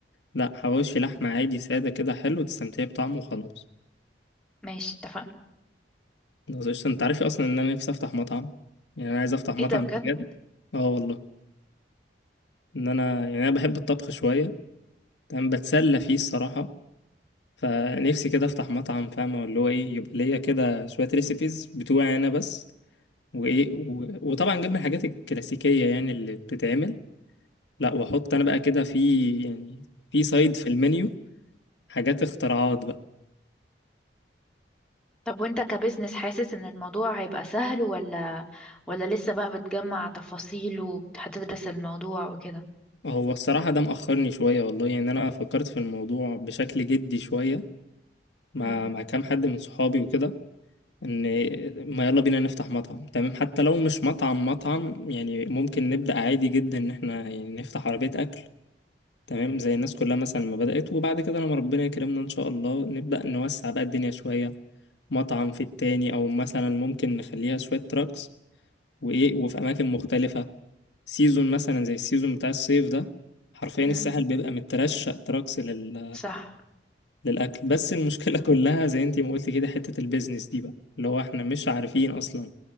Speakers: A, on the left; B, in the centre.
A: لا حواوشي لحمه عادي ساده كده حلو تستمتعي بطعمه وخلاص
B: ماشي اتفقنا
A: خلاص قشطة. انت عارف اصلا ان انا نفسي افتح مطعم يعني انا عايز افتح مطعم
B: ايه ده بجد
A: بجد اه والله ان انا يعني انا بحب الطبخ شويه تمام بتسلى فيه الصراحه فنفسي كده افتح مطعم فاهمة اللي هو ايه يبقى ليا كده شوية ريسيبيز بتوعي انا بس وايه و... وطبعا جنب الحاجات الكلاسيكية يعني اللي بتتعمل لا واحط انا بقى كده في يعني في سايد في المنيو حاجات اختراعات بقى
B: طب وانت كبزنس حاسس ان الموضوع هيبقى سهل ولا ولا لسه بقى بتجمع تفاصيل وهتدرس الموضوع وكده
A: هو الصراحة ده مأخرني شوية والله يعني انا فكرت في الموضوع بشكل جدي شوية مع
B: امم
A: مع كام حد من صحابي وكده ان ما يلا بينا نفتح مطعم تمام حتى لو مش مطعم مطعم يعني ممكن نبدأ عادي جدا ان احنا يعني نفتح عربية اكل تمام زي الناس كلها مثلا ما بدأت وبعد كده لما ربنا يكرمنا إن شاء الله نبدأ نوسع بقى الدنيا شوية مطعم في التاني أو مثلا ممكن نخليها شوية تراكس وإيه وفي أماكن مختلفة سيزون مثلا زي السيزون بتاع الصيف ده حرفيا الساحل
B: امم
A: بيبقى مترشق تراكس لل...
B: صح
A: للأكل بس المشكلة <laughs> كلها زي انتي ما قلتي كده حتة البيزنس دي بقى اللي هو احنا مش عارفين أصلا